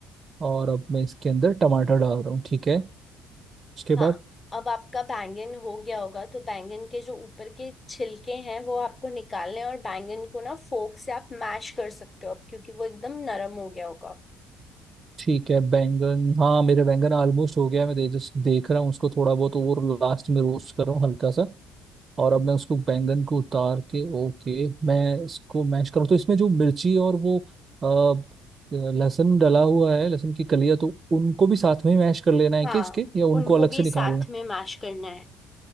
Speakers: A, on the right; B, on the left.
A: और अब मैं इसके अंदर टमाटर डाल रहा हूँ ठीक है उसके बाद
B: हाँ अब आपका बैंगन हो गया होगा तो बैंगन के जो ऊपर के छिलके हैं वो आपको निकालने हैं और बैंगन को ना फोक से आप मैश कर सकते हो अब क्योंकि वो एकदम नरम हो गया होगा
A: ठीक है बैंगन हाँ मेरे बैंगन ऑलमोस्ट हो गया है मैं दे, जस्ट देख रहा हूँ उसको थोड़ा बहुत और लास्ट में रोस्ट कर रहा हूँ हल्का सा और अब मैं उसको बैंगन को उतार के ओके मैं इसको मैश करूँ तो इसमें जो मिर्ची और वो अ, लहसुन डला हुआ है लहसुन की कलियां तो उनको भी साथ में ही मैश कर लेना है
B: हाँ
A: कि इसके या उनको
B: उनको
A: अलग
B: भी
A: से निकालना
B: साथ
A: है
B: में मैश करना है